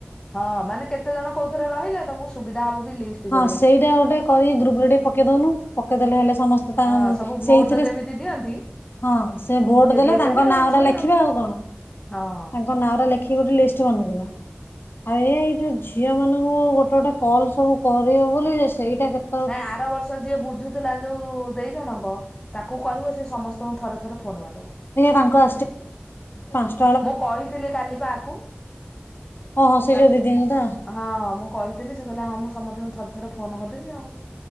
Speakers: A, on the left; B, on the left.
A: ହଁ ମାନେ କେତେ ଜଣ କୋଉଥିରେ ରହିଲେ ତମକୁ ସୁବିଧା ହବ ଲିଷ୍ଟ
B: ହଁ
A: କରିବାକୁ।
B: ସେଇଟା ଗୋଟେ କରିିକି ଗ୍ରୁପରେ ଟିକେ ପକେଇ ଦଉନୁ ପକେଇଦେଲେ ହେଲେ ସମସ୍ତେ ତା
A: ହଁ ସବୁ
B: ସେଇ
A: ଭୋଟ ଯେମିତି ଦିଅନ୍ତି।
B: ହଁ ସେ ଭୋଟ
A: ସିଏ
B: ଦେଲେ
A: ଦେଇଦେବେ
B: ତାଙ୍କ ନାଁଗୁଡା
A: ଆଉ ଛୁଆ
B: ଲେଖିବେ ଆଉ କଣ
A: ହଁ
B: ତାଙ୍କ ନାଁ ଗୁଡା ଲେଖି ଗୋଟେ ଲିଷ୍ଟ ବନେଇଦବା ଆଉ ଏ ଏଇ ଯୋଉ ଝିଅ ମାନଙ୍କୁ ଗୋଟେ ଗୋଟେ କଲ ସବୁ କରିବ ବୋଲି ସେଇଟା କେତ
A: ନାଇଁ ଆର ବର୍ଷ ଯିଏ ବୁଝୁଥିଲା ଯୋଉ ଦେଇ ଜଣଙ୍କ ତାକୁ କହିବ ସେ ସମସ୍ତ ତଙ୍କୁ ଥରେ ଥରେ ଫୋନ୍ ମାରି ଦବ।
B: ତାଙ୍କ <unintelligible>
A: ମୁଁ କହିଥିଲି କାଲି ପା ଆକୁ
B: ଓହୋ ସେ
A: ତାକୁ
B: ଯୋଉ ଦିଦିଙ୍କୁ ତ
A: ହଁ ମୁଁ କହିି ଥିଲି ସେ କହିଲା ହଁ ମୁଁ ସମସ୍ତଙ୍କୁ ଥରେ ଥରେ ଫୋନ କରିଦେବି ଆଉ।